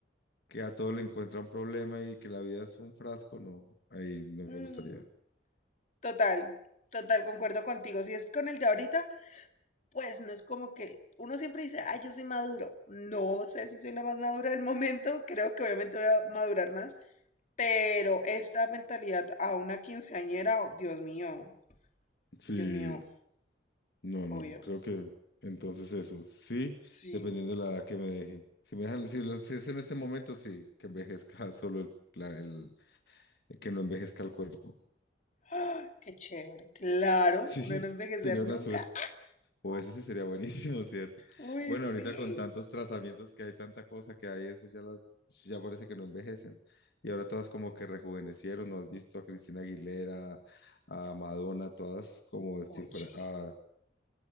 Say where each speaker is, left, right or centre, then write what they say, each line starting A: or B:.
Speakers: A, on the left (about 60°); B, on the left (about 45°).
A: que a todo le encuentra un problema y que la vida es un frasco, no, ahí no
B: mm,
A: me gustaría.
B: total, total, concuerdo contigo. Si es con el de ahorita, pues no es como que uno siempre dice, ay, yo soy maduro. No sé si soy la más madura del momento, creo que obviamente voy a madurar más, pero esta mentalidad a una quinceañera, oh, Dios mío,
A: Sí,
B: Dios mío,
A: no, no,
B: obvio.
A: creo que entonces eso, sí,
B: Sí,
A: dependiendo de la edad que me dejen. Si me dejan, si, lo- si es en este momento, sí, que envejezca <laughs> solo el, la- el- que no envejezca el cuerpo.
B: ¡Ah! Qué chévere. Claro,
A: Sí,
B: uno no envejecer
A: sería
B: nunca.
A: una suerte. O eso sí sería buenísimo, <laughs> ¿cierto?
B: Uy,
A: Bueno,
B: sí.
A: ahorita con tantos tratamientos que hay, tanta cosa que hay, eso ya las, ya parece que no envejecen. Y ahora todas como que rejuvenecieron, ¿no has visto a Cristina Aguilera, a Madonna, todas como si
B: Oye,
A: fuera, ah,